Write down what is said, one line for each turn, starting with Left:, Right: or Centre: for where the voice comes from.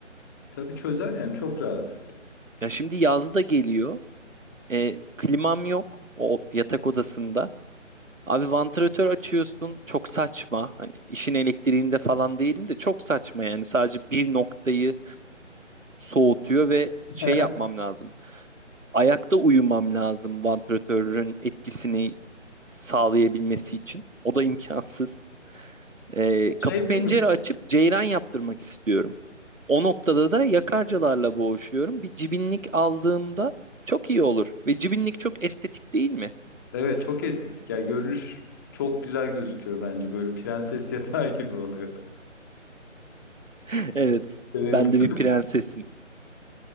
Left: Tabii çözer yani çok rahat.
Right: Ya şimdi yaz da geliyor. E, klimam yok o yatak odasında. Abi vantilatör açıyorsun çok saçma. Hani işin elektriğinde falan değilim de çok saçma yani sadece bir noktayı soğutuyor ve
Left: <laughs>
Right: şey yapmam lazım. Ayakta uyumam lazım vantilatörün etkisini sağlayabilmesi için. O da imkansız. E, kapı
Left: Şey
Right: pencere
Left: değil mi?
Right: açıp ceyran yaptırmak istiyorum. O noktada da yakarcılarla boğuşuyorum. Bir cibinlik aldığımda çok iyi olur. Ve cibinlik çok estetik değil mi?
Left: Evet çok estetik. Ya görünüş çok güzel gözüküyor bence. Böyle prenses yatağı gibi oluyor.
Right: <laughs> Evet,
Left: Severim.
Right: ben de
Left: <laughs>
Right: bir prensesim.